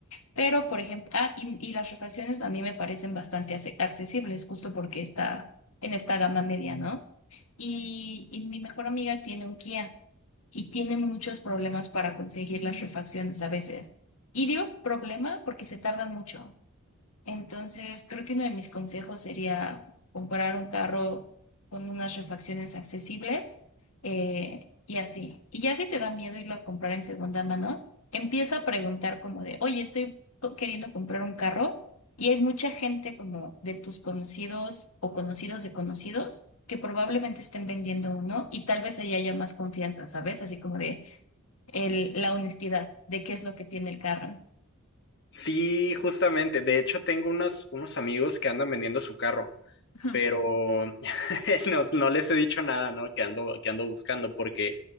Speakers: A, on the left; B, on the left.
A: Pero, por ejemplo, ah, y, y las refacciones a mí me parecen bastante ace- accesibles, justo porque está en esta gama media, ¿no? Y, y mi mejor amiga tiene un Kia y tiene muchos problemas para conseguir las refacciones a veces. Y digo problema porque se tardan mucho. Entonces, creo que uno de mis consejos sería comprar un carro con unas refacciones accesibles eh, y así. Y ya si te da miedo irlo a comprar en segunda mano, empieza a preguntar como de, oye, estoy co- queriendo comprar un carro y hay mucha gente como de tus conocidos o conocidos de conocidos que probablemente estén vendiendo uno y tal vez ahí haya más confianza, ¿sabes? Así como de el, la honestidad de qué es lo que tiene el carro.
B: Sí, justamente. De hecho, tengo unos, unos amigos que andan vendiendo su carro,
A: Ujú.
B: pero <laughs> no, no les he dicho nada, ¿no? Que ando, que ando buscando, porque